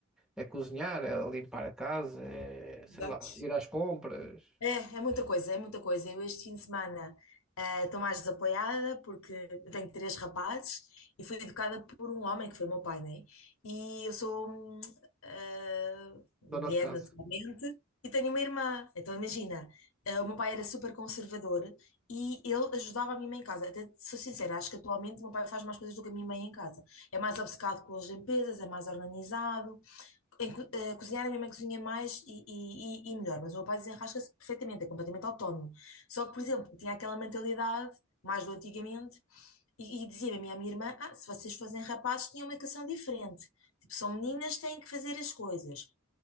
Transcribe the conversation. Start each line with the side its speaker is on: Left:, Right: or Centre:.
Centre: é cozinhar, é limpar a casa, é, sei
Left: Exato.
Centre: lá, ir às compras,
Left: É, é muita coisa, é muita coisa. Eu este fim de semana eh, estou mais desapoiada porque eu tenho três rapazes e fui educada por um homem que foi o meu pai, né? E eu sou hum, eh, mulher
Centre: dona de casa.
Left: naturalmente e tenho uma irmã. Então imagina, eh, o meu pai era super conservador e ele ajudava a minha mãe em casa. Até sou sincera, acho que atualmente o meu pai faz mais coisas do que a minha mãe em casa. É mais obcecado com as limpezas, é mais organizado em co- eh, cozinhar, a minha mãe cozinha mais e, e- e- e melhor, mas o meu pai desenrasca-se perfeitamente, é completamente autónomo. Só que, por exemplo, tinha aquela mentalidade, mais do antigamente, e, e dizia-me a minha, a minha irmã: ah, se vocês fossem rapazes, tinham uma educação diferente. Tipo, são meninas, têm que fazer as coisas.